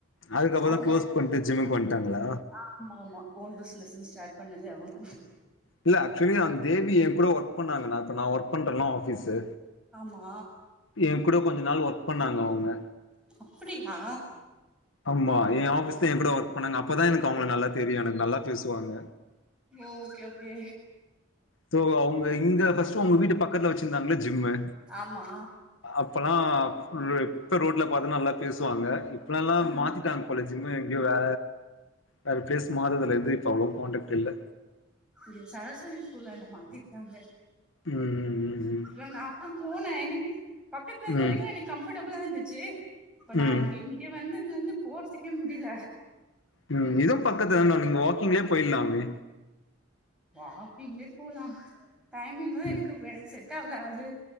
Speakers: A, on the left (about 75°); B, in the centre.
A: அதுக்கப்புறம்
B: அவுங்க
A: தான் க்ளோஸ் பண்ட்டு ஜிம்முக்கு வன்டாங்ளா
B: ஆமாமா ஓன் பிஸ்னஸ்ன் ஸ்டாட் பண்ணதே அவங்க
A: இல்ல ஆக்சுவலி அந்த தேவி எ கூட ஒர்க் பண்ணாங்க நா இப்ப நா ஒர்க் பண்றல ஆஃபீஸு
B: ஆமா
A: ஏ கூட கொஞ்ச நாள் ஒர்க் பண்ணாங்க அவங்க
B: அப்படியா
A: ஆம்மா எ ஆபிஸ்ல எ கூட ஒர்க் பண்ணாங்க அப்பதா எனக்கு அவங்கள நல்லா தெரியு எனக்கு நல்லா பேசுவாங்க
B: ஓகே ஓகே
A: தோ அவங்க இங்க ஃபஸ்ட்டு ஒங்க வீட்டு பக்கத்துல வச்சிருந்தாங்கள ஜிம்மு
B: ஆமா
A: அப்போலா எப்போ ரோட்ல பாத்தா நல்லா பேசுவாங்க இப்பலா
B: ஆ
A: மாத்திட்டாங்க பலய ஜிம்மு எங்கோ வே வேற ப்ளேஸ் மாறதுல இருந்து இப்ப அவ்ளோ கான்டக்ட் இல்ல
B: இங்க சரஸ்வதி ஸ்கூல்ல என்ன மாத்திருக்காங்க
A: ம் ம்
B: இல்ல நா ஆ போன எனக்கு பக்கத்துல இருந்த
A: ம்
B: வரைக்கு எனக்கு கம்ஃபர்டபிளா இருந்துச்சு இப்ப நா
A: ம்
B: இங்க
A: ம்
B: இங்க வந்ததுல இருந்து போற்துக்கே முடில
A: ம் இதுவு பக்கத்து தான நீங்க வாக்கிங்லே போய்லாமே
B: வாக்கிங்லே போலா டைமிங்தா எனக்கு
A: ம்
B: வே செட் டாவ்ல அது